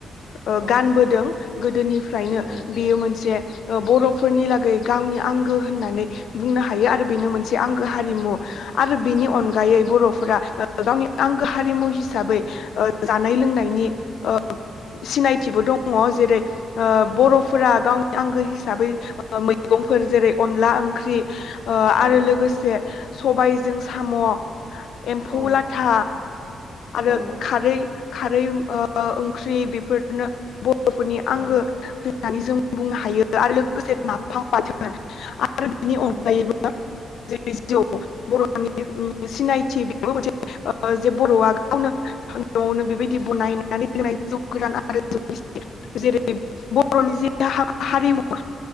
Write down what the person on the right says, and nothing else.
औ
औ
औ
औ
औ
औ
औ
औ
औ